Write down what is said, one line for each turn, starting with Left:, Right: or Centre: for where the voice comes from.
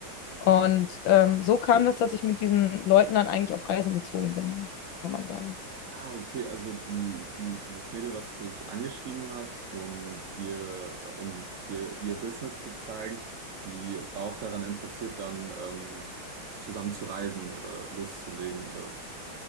Left: Und ähm, so kam das, dass ich mit diesen Leuten dann eigentlich auf Reisen gezogen bin, kann man sagen.
Right: Ah, okay, also die, die, dieses Mädel, was dich angeschrieben hat, um dir, um dir ihr Business zu zeigen, die war auch daran interessiert, dann ähm, zusammen zu reisen oder loszulegen. Oder was?